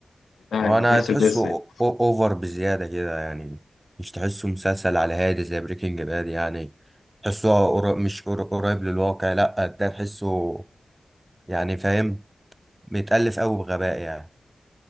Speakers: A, on the left (about 85°); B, on the right (about 15°).
A: بتاع
B: هو
A: المسلسل
B: انا تحسه
A: ده ازاي
B: أو- اوفر بزيادة كده يعني مش تحسه مسلسل على هادي زي بريكنج باد يعني تحسه قر- مش قر- قريب للواقع لا ده تحسه يعني فاهم متألف أوي بغباء يعني